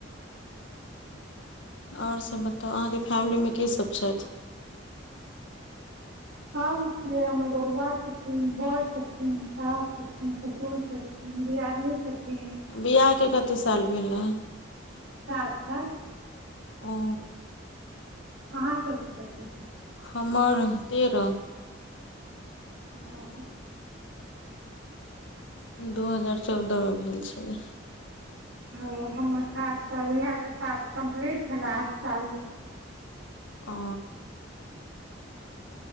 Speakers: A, on the left; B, on the right.
A: ओर सब बताउ अहाँके फैमिली में के सब छेथ।
B: हम छियै, हमर बौआ छथिन, बड़ छथिन, सॉस छथिन, ससुर छथिन। दीयादनी छथिन।
A: बियाहके कते साल भेल हा।
B: सात साल
A: ओ।
B: अहाँ सब कऽ कतऽ स
A: हमर तेरह
B: <inaudible>
A: दू हजार चौदह मे भेल छलै‌
B: हूॅं हमर सात साल इहे बेर सात कम्प्लीट भेला आठ साल
A: ओ